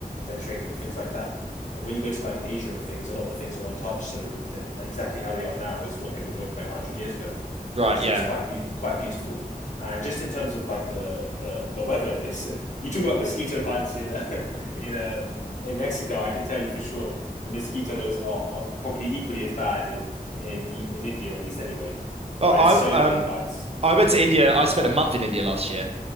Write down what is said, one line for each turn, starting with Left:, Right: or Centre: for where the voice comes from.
Left: centric and things like that. And when you go to like Asia and things, a lot of the things are untouched. So th- exactly how they are now is what they would look like a hundred years ago,
Right: right,
Left: which
Right: yeah.
Left: is quite be- quite beautiful. And just in terms of like the the the weather, <laughs> is uh, you talk about mosquito bites in uh, <laughs> in um in Mexico. I can tell you for sure the mosquitoes are probably equally as bad in in in India at least. Anyway,
Right: Well,
Left: I
Right: I
Left: had so
Right: um
Left: many bites.
Right: I went to India. I spent a month in India last year.